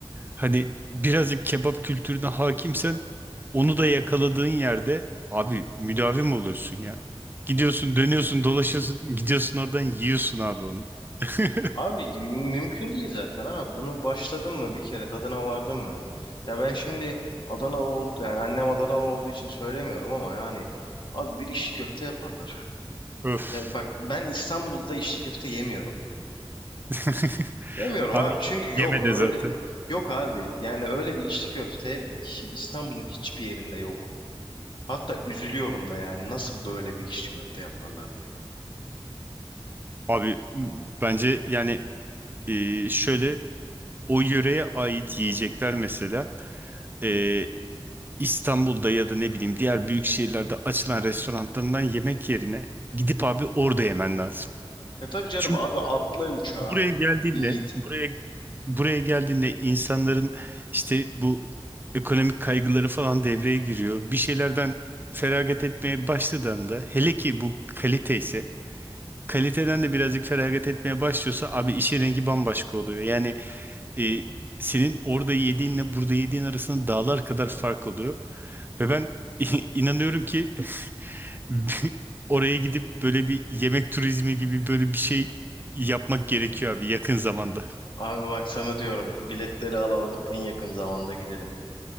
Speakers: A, on the right; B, on the left.
A: Hani birazcık kebap kültürüne hakimsen onu da yakaladığın yerde abi müdavim oluyorsun ya. Gidiyorsun, dönüyorsun, dolaşıyorsun, gidiyorsun oradan yiyorsun abi onu. <laughs>
B: Abi mümkün değil zaten abi. Bunu başladın mı bir kere tadına vardın mı? Ya ben şimdi Adanalı oldu yani annem Adanalı olduğu için söylemiyorum ama yani abi bir içli köfte yaparlar.
A: Öf.
B: E bak ben İstanbul'da içli köfte yemiyorum.
A: <laughs>
B: Yemiyorum
A: Abi
B: abi çünkü yok
A: yeme de zaten.
B: öyle yok abi yani öyle bir içli köfte hi- İstanbul'un hiçbir yerinde yok. Hatta üzülüyorum da yani nasıl böyle bir içli köfte yaparlar diye.
A: Abi m- bence yani e, şöyle o yöreye ait yiyecekler mesela e, İstanbul'da ya da ne bileyim diğer büyük şehirlerde açılan restoranlarından yemek yerine gidip abi orada yemen lazım.
B: E tabii canım
A: Çünkü
B: hadi atla uçağa
A: buraya geldiğinde
B: bin git.
A: buraya buraya geldiğinde insanların işte bu ekonomik kaygıları falan devreye giriyor. Bir şeylerden feragat etmeye başladığında hele ki bu kalite ise kaliteden de birazcık feragat etmeye başlıyorsa abi işin rengi bambaşka oluyor. Yani e, senin orada yediğinle burada yediğin arasında dağlar kadar fark oluyor. Ve ben <laughs> inanıyorum ki <laughs> oraya gidip böyle bir yemek turizmi gibi böyle bir şey yapmak gerekiyor abi yakın zamanda.
B: Abi bak sana diyorum biletleri alalım en yakın zamanda gidelim.